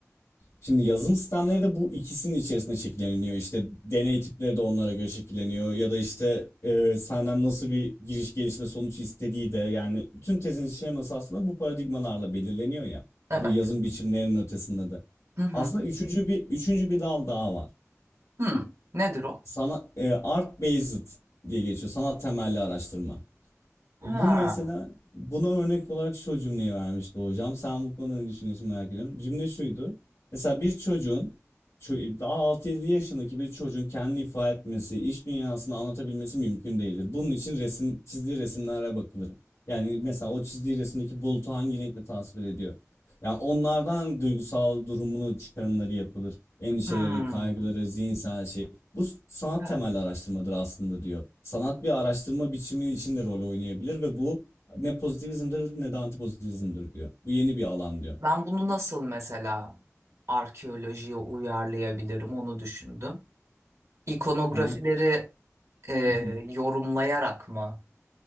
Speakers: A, on the left; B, on the right.
A: Şimdi yazılım sistemleri de bu ikisinin içerisinde şekilleniyor. İşte deney tipleri de onlara göre şekilleniyor. Ya da işte e, senden nasıl bir giriş gelişme sonuç istediği de yani bütün tezin şeması aslında bu paradigmalarla belirleniyor ya.
B: Evet.
A: Bu yazım biçimlerinin ötesinde de.
B: Hı hı.
A: Aslında üçüncü bir üçüncü bir dal daha var.
B: Hmm, nedir o?
A: Sana e, art based diye geçiyor. Sanat temelli araştırma.
B: Ha.
A: Bu mesela buna örnek olarak şu cümleyi vermişti hocam. Sen bu konuda ne düşünüyorsun merak ediyorum. Cümle şuydu. Mesela bir çocuğun ço- daha altı 7 yaşındaki bir çocuğun kendini ifade etmesi, iş dünyasını anlatabilmesi mümkün değildir. Bunun için resim, çizdiği resimlere bakılır. Yani mesela o çizdiği resimdeki bulutu hangi renkle tasvir ediyor? Yani onlardan duygusal durumunu çıkarımları yapılır. Endişeleri,
B: Hmm.
A: kaygıları, zihinsel şey. Bu sanat
B: Evet.
A: temelli araştırmadır aslında diyor. Sanat bir araştırma biçimi içinde rol oynayabilir ve bu ne pozitivizmdir ne de antipozitivizmdir diyor. Bu yeni bir alan diyor.
B: Ben bunu nasıl mesela arkeolojiye uyarlayabilirim onu düşündüm. İkonografileri
A: Yani
B: e,
A: <laughs>
B: yorumlayarak mı